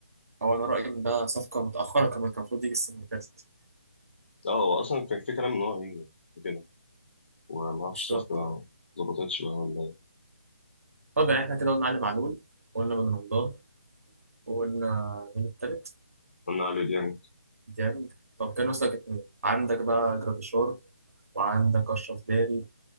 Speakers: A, on the right; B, on the left.
A: هو انا رايي ان ده صفقه متاخره كمان كان المفروض يجي السنه اللي فاتت
B: اه هو اصلا كان في كلام ان هو هيجي كده وما اعرفش
A: بالظبط
B: الصفقه ما
A: اه
B: ظبطتش بقى ولا ايه
A: طب يعني احنا كده قلنا علي معلول وقلنا بن رمضان وقلنا مين التالت
B: قلنا على ديانج
A: ديانج طب كان ناقص لك اتنين عندك بقى جراديشار وعندك اشرف داري